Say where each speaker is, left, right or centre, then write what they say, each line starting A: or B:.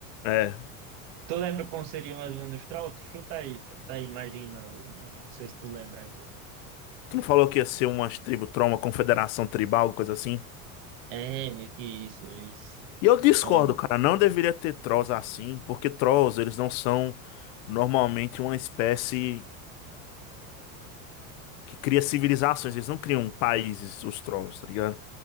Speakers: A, on the left (about 65°); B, on the right (about 55°).
A: É.
B: Tu lembra como seria mais ou menos os troll? Chuta aí, tá aí, imagina, eu não sei se tu lembra ainda.
A: Tu não falou que ia ser umas tribo troll, uma confederação tribal, coisa assim?
B: É, meio que isso, eles
A: E eu discordo,
B: são.
A: cara. Não deveria ter trolls assim, porque trolls, eles não são normalmente uma espécie que cria civilizações. Eles não criam países, os trolls, tá ligado?